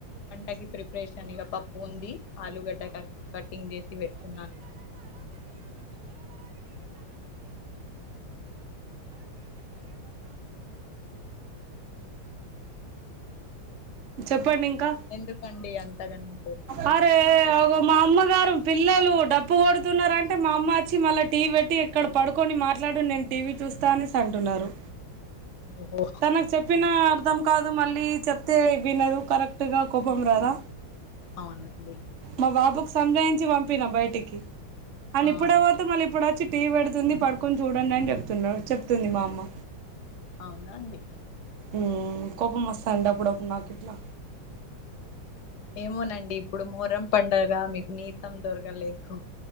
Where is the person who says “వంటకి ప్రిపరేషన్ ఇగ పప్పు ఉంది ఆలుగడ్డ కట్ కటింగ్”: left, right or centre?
Left